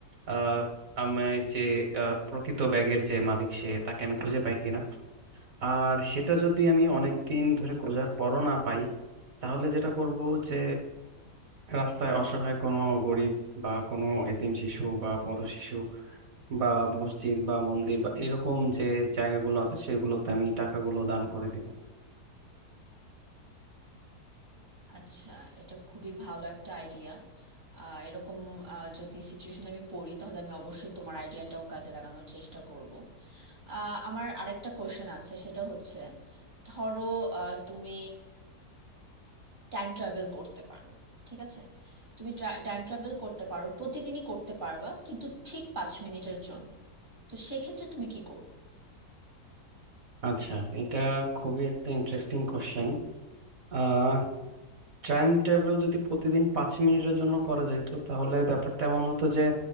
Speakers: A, on the right (about 60°); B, on the right (about 30°).
A: আহ আমি যে আহ, প্রকৃত ব্যাগের যে মালিক সে তাকে আমি খুঁজে পাই কিনা আর সেটা যদি আমি অনেক দিন ধরে খোঁজার পরও না পাই তাহলে যেটা করব যে রাস্তায় অসহায় কোনো গরিব বা কোনো এতিম শিশু বা পথ শিশু বা মসজিদ বা মন্দির বা এরকম যে জায়গাগুলো আছে সেগুলোতে আমি টাকাগুলো দান করে দিব
B: আচ্ছা এটা খুবই ভালো একটা আইডিয়া আহ এরকম আহ, যদি সিচুয়েশন আমি পড়ি তাহলে আমি অবশ্যই তোমার আইডিয়াটাও কাজে লাগানোর চেষ্টা করব আহ, আমার আরেকটা কোশ্চেন আছে সেটা হচ্ছে ধরো আহ, তুমি টাইম ট্রাভেল করতে পারো ঠিক আছে তুমি টাইম ট্রাভেল করতে পারো প্রতিদিনই করতে পারবা কিন্তু ঠিক পাঁচ মিনিটের জন্য তো সেক্ষেত্রে তুমি কি করবে
A: আচ্ছা এটা খুবই একটা ইন্টারেস্টিং কোশ্চেন আহ টাইম ট্রাভেল যদি প্রতিদিন পাঁচ মিনিটের জন্য করা যেত তাহলে ব্যাপারটা এমন হতো যে